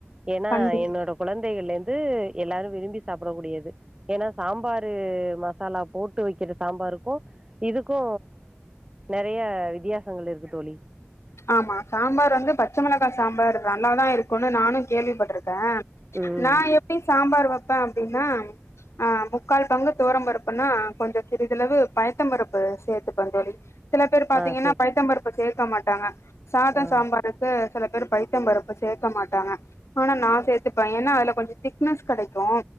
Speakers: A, on the right; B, on the left.
A: ஏன்னா
B: கண்டி
A: என்னோட குழந்தைகள்ல இருந்து எல்லாரு விரும்பி சாப்பிடக்கூடியது ஏன்னா சாம்பாரு மசாலா போட்டு வைக்கிற சாம்பாருக்கு இதுக்கு நெறையா வித்தியாசங்கள் இருக்கு தோழி
B: ஆமா சாம்பார் வந்து பச்ச மிளகா சாம்பார் நல்லாதா இருக்கு <unintelligible> நானு கேள்விப்பட்டிருக்கே
A: ம்
B: நா எப்டி சாம்பார் வைப்பே அப்டின்னா ஆ முக்கால் பங்கு துவரம்பருப்புன்னா கொஞ்சு சிறிதளவு பயத்தம் பருப்பு சேத்துபே தோழி சில பேர் பாத்தீங்கன்னா
A: ஆ செரி
B: பைத்தம்பருப்பு சேர்க்க மாட்டாங்க சாத
A: ஆ
B: சாம்பார் வந்து சில பேர் பைத்த பருப்பு சேக்க மாட்டாங்க ஆனா நா சேத்துப்பே ஏன்னா அதுல கொஞ்சு திக்னஸ் கெடைக்கு